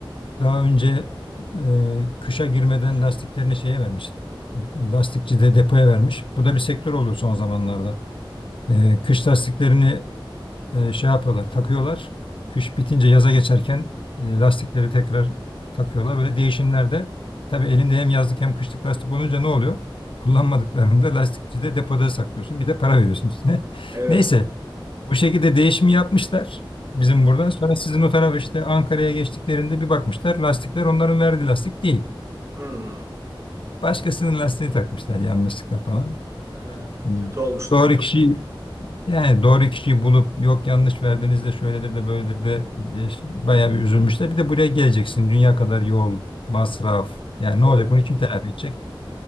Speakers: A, on the left; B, on the right.
A: daha önce e, kışa girmeden lastiklerini şeye vermiş. Lastikçi de depoya vermiş. Bu da bir sektör oluyor son zamanlarda. E, kış lastiklerini e, şey yapıyorlar, takıyorlar. Kış bitince yaza geçerken e, lastikleri tekrar takıyorlar. Böyle değişimlerde tabii elinde hem yazlık hem kışlık lastik olunca ne oluyor? Kullanmadıklarında lastikçide depoda saklıyorsun. Bir de para veriyorsun üstüne. <laughs>
B: Evet.
A: Neyse bu şekilde değişimi yapmışlar bizim burada. Sonra sizin o tarafa işte Ankara'ya geçtiklerinde bir bakmışlar lastikler onların verdiği lastik değil.
B: Hmm.
A: Başkasının lastiğini takmışlar yanlışlıkla falan.
B: Ee,
A: Hmm.
B: kötü olmuştur.
A: Doğru kişi yani doğru kişiyi bulup yok yanlış verdiniz de şöyledir de böyledir de diye ş- bayağı bir üzülmüşler. Bir de buraya geleceksin. Dünya kadar yol, masraf. Yani ne
B: Evet.
A: olacak? Bunu kim telafi edecek?